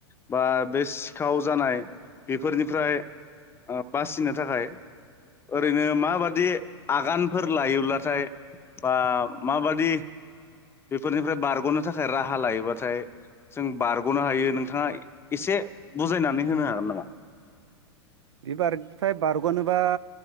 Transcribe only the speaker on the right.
बिबारफ्राय बार ग'नोबा